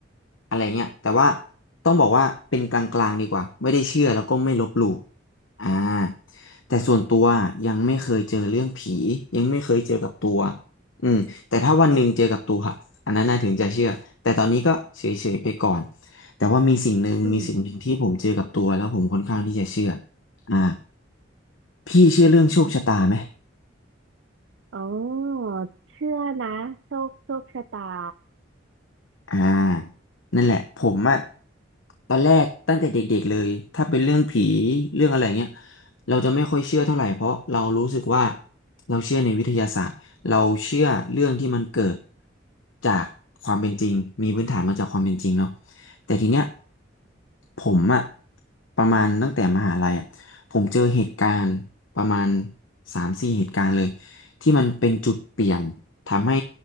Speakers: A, on the left; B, on the right.
A: อะไรเงี้ยแต่ว่าต้องบอกว่าเป็นกลางๆดีกว่าไม่ได้เชื่อแล้วก็ไม่ลบหลู่อ่าแต่ส่วนตัวยังไม่เคยเจอเรื่องผียังไม่เคยเจอกับตัว อืมแต่ถ้าวันหนึ่งเจอกับตัวอะอันนั้นน่าถึงจะเชื่อแต่ตอนนี้ก็เฉยๆไปก่อนแต่ว่ามีสิ่งหนึ่งมีสิ่งหนึ่งที่ผมเจอกับตัวแล้วผมค่อนข้างที่จะเชื่อ
B: อืม
A: อ่าพี่เชื่อเรื่องโชคชะตาไหม
B: อ๋อเชื่อนะโชคโชคชะตา
A: อ่า นั่นแหละ ผมอะตอนแรกตั้งแต่เด็กๆเลยถ้าเป็นเรื่องผีเรื่องอะไรเงี้ยเราจะไม่ค่อยเชื่อเท่าไหร่ เพราะเรารู้สึกว่าเราเชื่อในวิทยาศาสตร์เราเชื่อเรื่องที่มันเกิดจากความเป็นจริง มีพื้นฐานมาจากความเป็นจริงเนาะแต่ทีเนี้ยผมอะประมาณตั้งแต่มหาลัยอะผมเจอเหตุการณ์ประมาณสามสี่เหตุการณ์เลยที่มันเป็นจุดเปลี่ยนทำให้